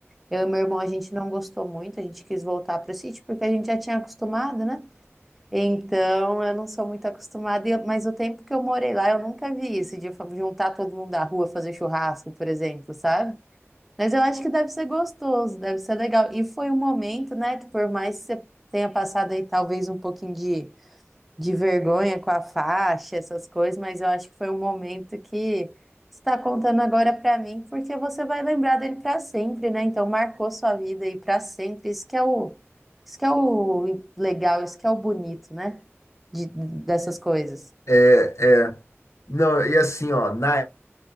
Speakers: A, in the centre; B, on the left.
A: Eu e meu irmão, a gente não gostou muito, a gente quis voltar para o sítio porque a gente já tinha acostumado, né? Então, eu não sou muito acostumada, e eu- mas o tempo que eu morei lá, eu nunca vi isso, de fa- juntar todo mundo da rua, fazer churrasco, por exemplo, sabe? Mas eu acho que deve ser gostoso, deve ser legal. E foi um momento, né, que por mais que você tenha passado aí talvez um pouquinho de, de vergonha com a faixa, essas coisas, mas eu acho que foi um momento que você está contando agora pra mim, porque você vai lembrar dele pra sempre, né? Então marcou sua vida aí pra sempre. Isso que é o, isso que é o legal, isso que é o bonito, né? De, dessas coisas.
B: É, é. Não, e assim, ó, na